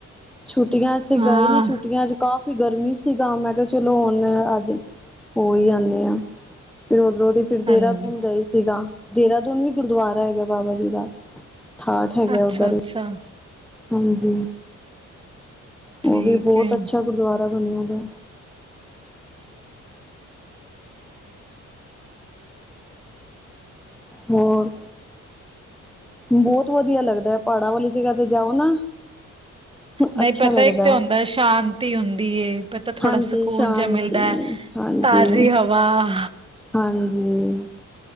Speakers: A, in the centre; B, on the right (about 20°).
A: ਛੁੱਟੀਆਂ ਤੇ
B: ਹਾਂ
A: ਗਏ ਨੀ ਛੁੱਟੀਆਂ ਚ ਕਾਫ ਗਰਮੀ ਸੀਗਾ ਮੈਂ ਕਿਹਾ ਚਲੋ ਉਨ ਆ ਅੱਜ ਹੋ ਈ ਆਨੇ ਆ ਫਿਰ ਉਧਰ ਉਧਰ ਈ ਫਿਰੇ ਦੇ ਰੇ
B: ਹਾਂਜੀ
A: ਐ ਦੇਰਾਦੂਨ ਗਏ ਸੀਗਾ ਦੇਹਰਾਦੂਨ ਵੀ ਗੁਰਦੁਆਰਾ ਹੈਗਾ ਬਾਬਾ ਜੀ ਦਾ ਠਾਠ ਹੈਗਾ
B: ਅੱਛਾ
A: ਉੱਧਰ
B: ਅੱਛਾ
A: ਵੀ
B: ਆ
A: ਹਾਂਜੀ ਉਹ
B: ਠੀਕ
A: ਵੀ ਬਹੁਤ
B: ਏ।
A: ਅੱਛਾ ਗੁਰਦੁਆਰਾ ਬਣਿਆ ਦੇ ਹੋਰ ਬਹੁਤ ਵਧੀਆ ਲੱਗਦਾ ਹੈ ਪਾੜਾਂ ਵਾਲੀ ਜਗਾ ਤੇ ਜਾਓ ਨਾ
B: ਨਹੀਂ
A: ਅੱਛਾ
B: ਪਤਾ
A: ਲੱਗਦਾ
B: ਇੱਕ ਤਾਂ ਹੁੰਦਾ
A: ਹੈ।
B: ਸ਼ਾਂਤੀ ਹੁੰਦੀ ਏ ਪਤ ਤਾਂ ਥੋੜ੍ਹਾ
A: ਹਾਂਜੀ
B: ਸਕੂਨ
A: ਸ਼ਾਂਤੀ
B: ਜਿਹਾ ਮਿਲਦਾ ਐ
A: ਹਾਂਜੀ
B: ਤਾਜ਼ੀ ਹਵਾ ਆ
A: ਹਾਂਜੀ